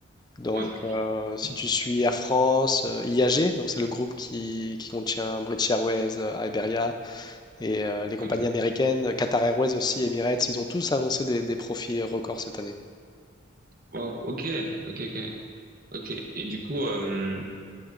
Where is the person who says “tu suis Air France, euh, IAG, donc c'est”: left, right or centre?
Left